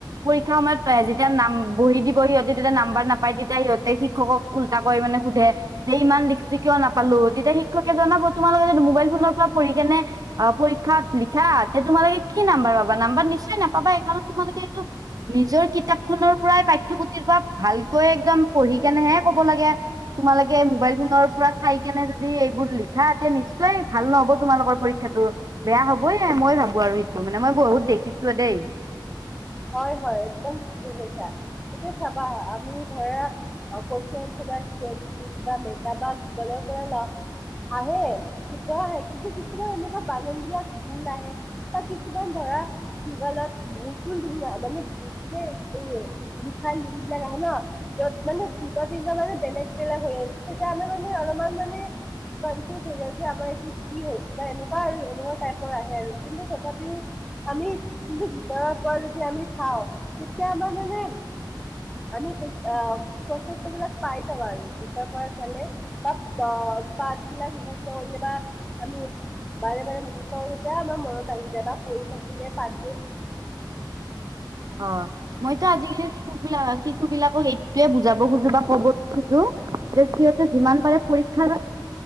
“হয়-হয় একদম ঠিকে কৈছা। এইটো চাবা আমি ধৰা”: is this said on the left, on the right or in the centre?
Centre